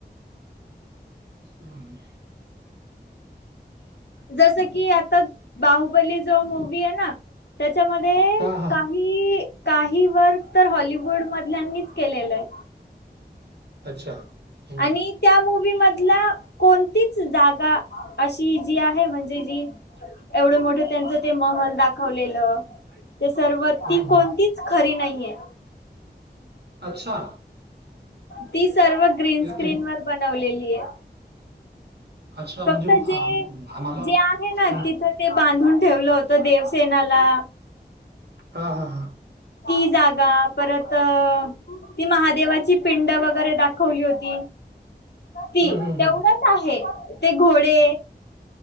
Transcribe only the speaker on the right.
ह
हा हा
अच्छा हं,
हं,
हं, हं.
अच्छा
ते
ते
अच्छा म्हणजे
आम आम्हाला हं.
हा हा हा
हं, हं,
हं.